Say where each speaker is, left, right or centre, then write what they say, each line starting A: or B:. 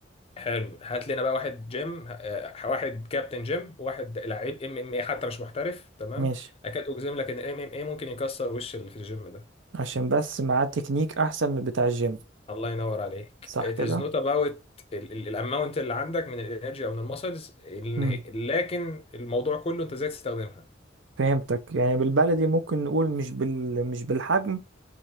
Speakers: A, on the left; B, on the right.
A: حلو هات لنا بقى واحد جيم آه، واحد كابتن جيم وواحد لعيب ام ام اي حتى مش محترف تمام
B: ماشي
A: اكاد اجزم لك ان الام ام اي ممكن يكسر وش اللي في الجيم ده
B: عشان بس معاه تكنيك احسن من بتاع الجيم
A: الله ينور عليك
B: صح
A: it
B: كده
A: is not about الاماونت اللي عندك من الانرجي او من المسلز
B: امم
A: لكن الموضوع كله انت ازاي تستخدمها
B: فهمتك يعني بالبلدي ممكن نقول مش بال مش بالحجم